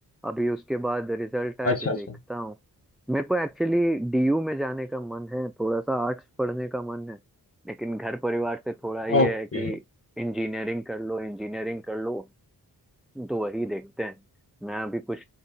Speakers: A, in the centre; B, on the left (about 35°).
A: अभी उसके बाद रिजल्ट आया
B: अच्छा
A: तो देखता
B: अच्छा अच्छा
A: हूँ मेरे को एक्चुअली डीयू में जाने का मन है थोड़ा सा आर्ट्स पढ़ने का मन है लेकिन घर परिवार से थोड़ा ये
B: ओके
A: है कि इंजीनियरिंग कर लो इंजीनियरिंग कर लो तो वही देखते हैं मैं अभी कुछ